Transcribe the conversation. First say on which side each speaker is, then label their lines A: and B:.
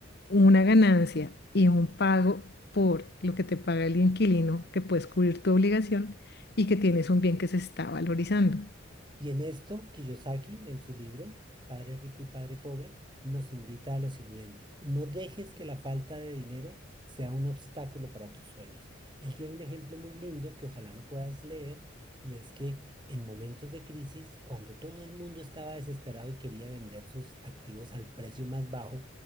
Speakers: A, on the left; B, on the right.
A: una ganancia y un pago por lo que te paga el inquilino, que puedes cubrir tu obligación y que tienes un bien que se está valorizando.
B: Y en esto, Kiyosaki, en su libro, Padre Rico y Padre Pobre, nos invita a lo siguiente. No dejes que la falta de dinero sea un obstáculo para tus sueños. Él tiene un ejemplo muy lindo que ojalá lo puedas leer, y es que en momentos de crisis, cuando todo el mundo estaba desesperado y quería vender sus activos al precio más bajo,